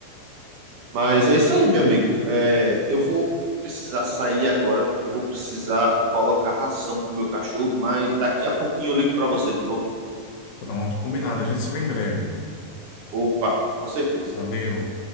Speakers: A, on the right; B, on the left.
A: Mas é isso aí, meu amigo. É, eu vou precisar sair agora porque eu vou precisar colocar ração pro meu cachorro, mas daqui a pouquinho eu ligo para você de novo.
B: Pronto, combinado. A gente se vê em breve.
A: Opa, com certeza.
B: Valeu.